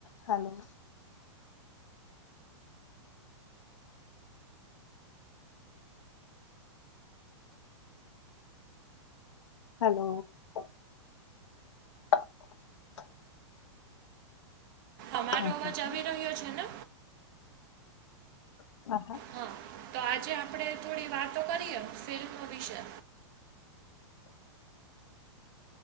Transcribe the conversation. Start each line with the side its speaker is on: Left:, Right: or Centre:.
Left: Hello. <unintelligible>
Right: અમારો
Left: હા
Right: અવાજ
Left: હા હા
Right: આવી રહ્યો છે ને?
Left: <unintelligible>
Right: હા તો આજે આપણે થોડી વાતો કરીએ ફિલ્મ વિશે.